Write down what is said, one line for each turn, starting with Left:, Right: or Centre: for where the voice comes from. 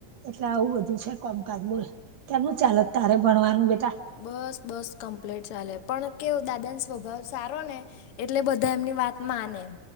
Right: એટલે આવું બધું છે કોમકાજ બોલ. કેમનું ચાલે છ તારે ભણવાનું બેટા?
Left: બસ-બસ કમ્પ્લેટ ચાલે. પણ કેવું દાદાનો સ્વભાવ સારો ને એટલે બધા એમની વાત માને એમ.